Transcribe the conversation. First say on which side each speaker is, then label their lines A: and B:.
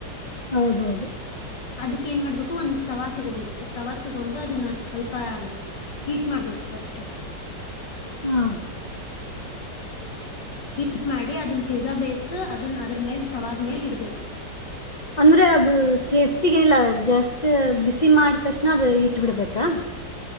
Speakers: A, on the left; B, on the left.
A: ಹೌದೌದು
B: ಅದಕ್ಕೆ ಏನ್ ಮಾಡ್ಬೇಕು ಒಂದು ತವಾ ತೊಗೋಬೇಕು ತವಾ ತಗೊಂಡು ಅದನ್ನ ಸ್ವಲ್ಪ ಹೀಟ್ ಮಾಡ್ಬೇಕು ಫಸ್ಟು
A: ಹಾ
B: ಹೀಟ್ ಮಾಡಿ ಅದನ್ನ ಪಿಜ್ಜಾ ಬೇಯಸ್ ಅದನ್ನ ಅದ್ರ ಮೇಲೆ ತವಾದ್ಮೇಲೆ ಇಡ್ಬೇಕು
A: ಅಂದ್ರೆ ಅದು ಸೇಫ್ಟಿಗ ಏನಿಲ್ಲ ಜಸ್ಟ್ ಬಿಸಿ ಮಾಡ ತಕ್ಷಣ ಅದು ಇಟ್ಟ ಬಿಡ್ಬೇಕಾ